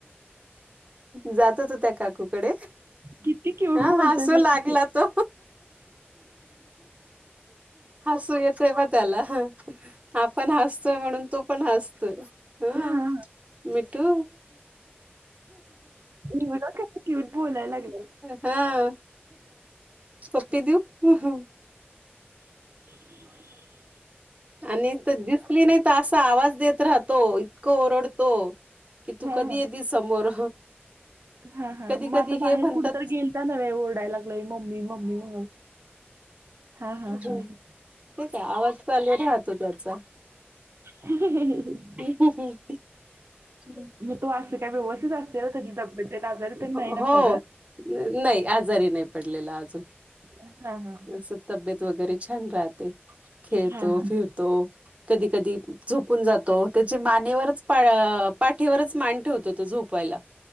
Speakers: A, on the right; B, on the right.
A: जातो त्या काकूकडे.
B: किती क्यूट
A: हा
B: बोलतोय
A: ह असू
B: बघा
A: लागला
B: की.
A: तो. हसू येते मग तेला. आपण हसतोय म्हणून, तो पण हसतोय हं.
B: हा हा
A: मिठू.
B: हे बघा कस क्यूट बोलायला लागलं.
A: हा पप्पी देऊ ह ह.
B: <inaudible>
A: आणि तर दिसली नाही तर, असा आवाज देत राहतो इतकं ओरडतो. कि तू
B: हां,
A: कधी येेतिस समोर.
B: हा, हा,
A: कधी
B: मग
A: कधी
B: आता
A: हे
B: बाहेर
A: म्हणतात
B: कुठ तरी गेलता नव्हे ओरडाय लाग मम्मी-मम्मी म्हणून. हां, हां,
A: हे
B: हां, हां.
A: का आवज <inaudible> राहतो त्याचा.
B: ह
A: हो <inaudible>
B: म तू अस असत्या काय तुझी तब्येत त्यात आजारी तर नाही
A: हो,
B: ना पडत?
A: नाही आजारी नाही पडलेला अजून.
B: हां, हां, हां.
A: अस तब्येत वगैरे छान राहते, खेळतो
B: हां, हां.
A: फिरतो. तो कधी-कधी. झोपून जातो, त्याचे मानेवरच पाठीवरच मान ठेवतो तो झोपयला.